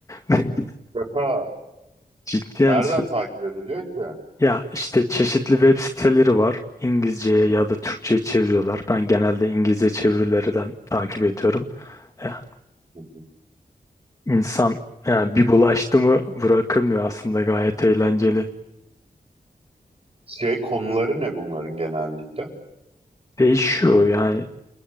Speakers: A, on the left (about 20°); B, on the right (about 35°).
A: <laughs>
B: Şaka.
A: Cidden
B: Nereden
A: sü-
B: takip ediliyor ki? Hı
A: ya işte çeşitli web siteleri var. İngilizceye ya da Türkçe'ye çeviriyorlar. Ben genelde İngilizce çevirilerden takip ediyorum. Ya,
B: hı.
A: insan yani bir bulaştı mı bırakamıyor aslında gayet eğlenceli.
B: Şey konuları ne bunların genellikle?
A: Değişiyor yani